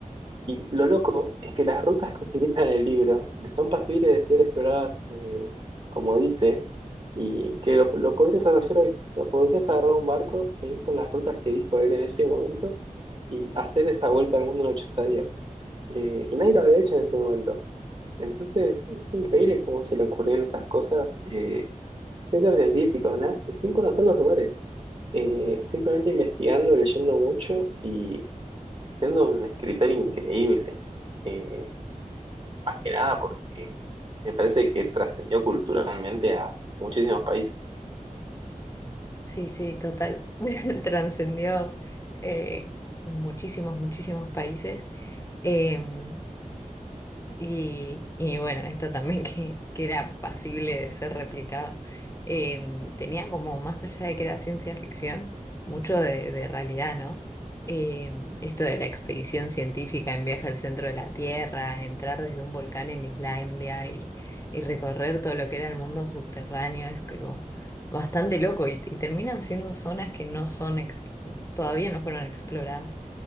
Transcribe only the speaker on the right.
Y lo loco es que las rutas que utilizan en el libro son pasibles de ser exploradas, eh, como dice, y que lo, lo podrías hacer hoy. O sea, podrías agarrar un barco e ir por las rutas que dijo él en ese momento y hacer esa vuelta al mundo en 80 días. Eh, y nadie lo había hecho en ese momento. Entonces, es increíble cómo se le ocurrieron estas cosas eh, sin ser científico, ¿no? Y sin conocer los lugares. Eh, simplemente investigando, leyendo mucho y siendo un escritor increíble. Eh, más que nada porque me parece que trascendió culturalmente a muchísimos países.